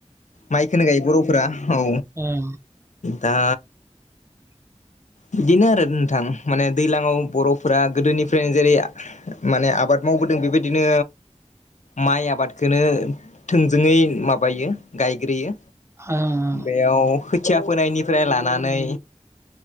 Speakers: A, on the left; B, on the right.
A: माइ खोनो गायो बर'फोरा औ
B: ओं
A: दा
B: <inaudible>
A: बिदिनो आरो नोंथां माने दैलांआव बर'फोरा गोदोनिफ्रायनो जेरै माने आबाद माव बोदों बेबायदिनो माइ आबादखोनो थोंजोङै माबायो गायग्रोयो।
B: ओं ओं
A: बेयाव खोथिया फोनायनिफ्राय लानानै